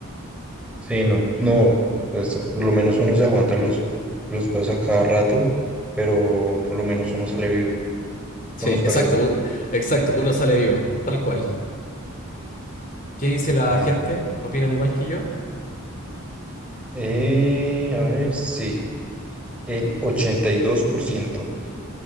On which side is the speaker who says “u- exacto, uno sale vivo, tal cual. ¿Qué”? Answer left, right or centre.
Left